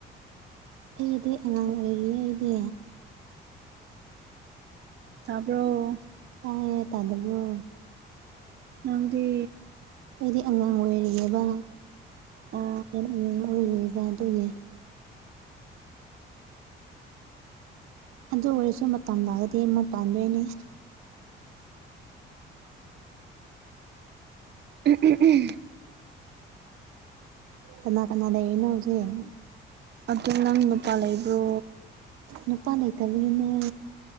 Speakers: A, on the right; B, on the right.
A: ꯑꯩꯗꯤ ꯑꯉꯥꯡ ꯑꯣꯏꯔꯤꯌꯦ ꯑꯩꯗꯤ
B: ꯇꯥꯕ꯭ꯔꫭ
A: ꯇꯥꯏꯌꯦ ꯇꯥꯗꯕ꯭ꯔꯣ
B: ꯑꯗꯨꯗꯤ
A: ꯑꯩꯗꯤ ꯑꯉꯥꯡ ꯑꯣꯏꯔꯤꯌꯦꯕ
B: ꯑꯣ
A: ꯌꯥꯝ ꯑꯉꯥꯡ ꯑꯣꯏꯔꯤꯕ ꯑꯗꯨꯒꯤ ꯑꯗꯨ ꯑꯣꯏꯔꯁꯨ ꯃꯇꯝ ꯂꯥꯛꯑꯒꯗꯤ ꯑꯃꯨꯛ ꯄꯥꯟꯗꯣꯏꯅꯦ
B: ꯎꯝ ꯎꯝ ꯎꯝ
A: ꯀꯅꯥ ꯀꯅꯥ ꯂꯩ ꯑꯩꯅ ꯍꯧꯖꯤꯛ
B: ꯑꯗꯨ ꯅꯪ ꯅꯨꯄꯥ ꯂꯩꯕ꯭ꯔꯣ
A: ꯅꯨꯄꯥ ꯂꯩꯇꯕꯤꯒꯤꯅꯦ